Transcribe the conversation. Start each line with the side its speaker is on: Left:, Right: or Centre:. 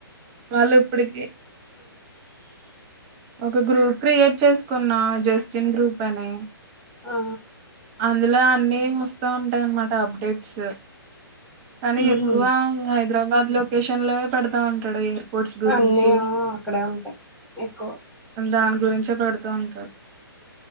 Right: వాళ్ళు ఇప్పటికి ఒక గ్రూప్ క్రియేట్ చేసుకున్నా జస్టిన్ గ్రూప్ అని
Centre: ఆ
Right: అందులో అన్ని వస్తా ఉంటాయి అన్నమాట అప్డేట్స్ కానీ
Centre: ఉహు
Right: ఎక్కువ హైదరాబాద్ లొకేషన్ లోవె పెడతా ఉంటాడు ఎయిర్ పోర్ట్స్ గురించి
Centre: అన్నీ ఆ అక్కడే ఉంటాయి ఎక్కువ
Right: దాని గురించే పెడుతూ ఉంటారు